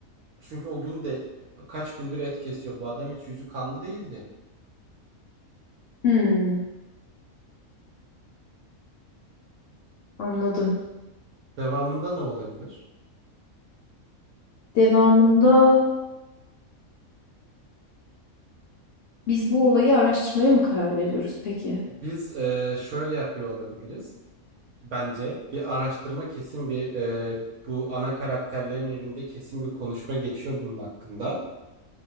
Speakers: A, on the right; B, on the left.
A: Çünkü o gün de kaç gündür et kesiyor bu adam hiç yüzü kanlı değildi.
B: Hmm, anladım.
A: Devamında ne olabilir?
B: Devamında biz bu olayı araştırmaya mı karar veriyoruz peki?
A: Biz e, şöyle yapıyor olabiliriz. Bence bir araştırma kesin bir e, bu ana karakterlerin evinde kesin bir konuşma geçiyor bunun hakkında.